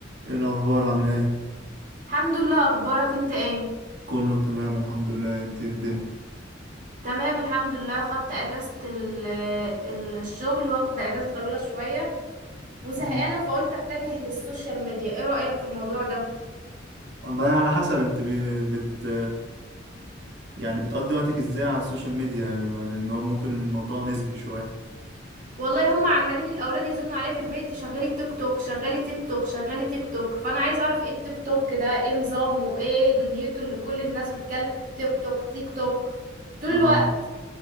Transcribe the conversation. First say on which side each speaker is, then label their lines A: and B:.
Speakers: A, on the right; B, on the right.
A: ايه الاخبار عامله ايه
B: الحمد لله اخبارك انت ايه
A: كله تمام الحمد لله انت إيه الدنيا
B: تمام الحمد لله خدت اجازة ال- ال- الشغل واخدة اجازة طويلة شوية وزهقانة
A: مم.
B: فقلت اتجه للسوشيال ميديا ايه رأيك في الموضوع ده
A: والله على حسب انت بي- بت يعني بتقضي وقتك ازاي على السوشيال ميديا يعني بما لان هو ممكن الموضوع نسبي شويه
B: والله هم عمالين الاولاد يزنوا عليا في البيت شغلي تيك توك شغلي تيك توك شغلي تيك توك فانا عايزة اعرف ايه التيك توك ده ايه نظامه ايه دنيته اللي كل الناس بتتكلم تيك توك تيك توك طول
A: اه
B: الوقت